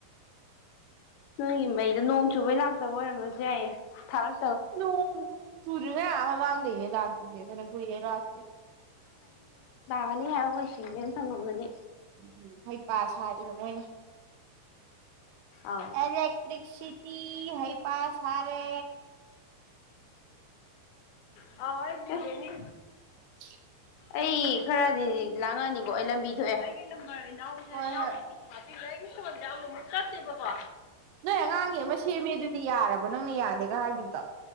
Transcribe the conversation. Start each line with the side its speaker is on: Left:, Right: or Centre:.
Left: ꯅꯣꯏꯒꯤ ꯃꯩꯗ ꯅꯣꯡ ꯆꯨꯕꯩ ꯂꯥꯛꯇꯕ ꯑꯣꯏꯔꯝꯕꯁꯨ ꯌꯥꯏꯑ ꯊꯥꯔꯛ
Right: ꯎꯣꯡ ꯆꯨꯔꯔꯤꯅꯌꯥꯝ ꯃꯥꯥꯡꯗꯩꯅꯦ ꯂ ꯐꯅ ꯄꯨꯏꯌꯦ ꯔꯥꯁ
Left: ꯃꯥꯅꯤ ꯍꯥꯏꯔ ꯑꯣꯏ ꯏꯁꯤꯡꯁꯦꯅ ꯐꯪꯉꯝꯃꯅꯤ
Right: ꯎꯝ ꯍꯩꯄꯥ ꯁꯥꯔꯤꯕ ꯃꯣꯏꯅ
Left: ꯑꯥꯎ
Right: ꯏꯂꯦꯛꯇ꯭ꯔꯔꯤꯁꯤ ꯇ ꯍꯥꯏ ꯄꯥꯁ ꯍꯔꯦ
Left: ꯑ ꯀꯅꯤ
Right: <unintelligible>
Left: ꯑꯩ ꯈꯔꯗꯤ ꯂꯥꯡꯉꯅꯤꯀꯣ ꯑꯩ ꯂꯝꯕꯤ ꯊꯣꯛꯑꯦ <unintelligible>
Right: ꯍꯣꯏ ꯍꯣꯏ
Left: ꯥꯏꯒꯤ ꯁꯣꯟꯗ ꯑꯃꯃꯨꯛ ꯆꯠꯁꯦꯕꯀꯣ
Right: ꯅꯣꯏ ꯑꯉꯥꯡꯒꯤ ꯑꯃ ꯁꯦꯝꯃꯦꯗꯨꯗꯤ ꯌꯥꯔꯕ ꯅꯪꯅ ꯌꯥꯗꯦꯒ ꯍꯥꯏꯈꯤꯕꯗꯣ